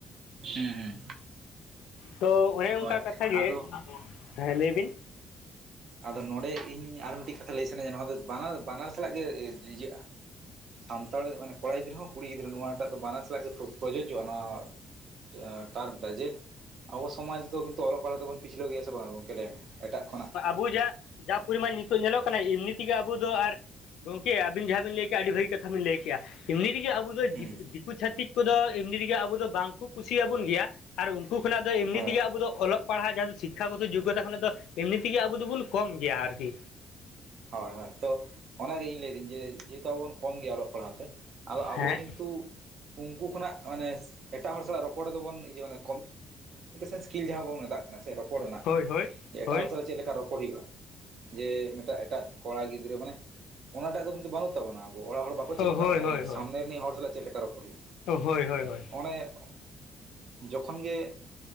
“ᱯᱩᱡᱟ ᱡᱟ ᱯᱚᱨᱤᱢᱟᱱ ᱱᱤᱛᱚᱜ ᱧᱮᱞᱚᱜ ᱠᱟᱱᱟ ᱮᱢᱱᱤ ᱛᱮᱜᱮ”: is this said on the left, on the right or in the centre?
Left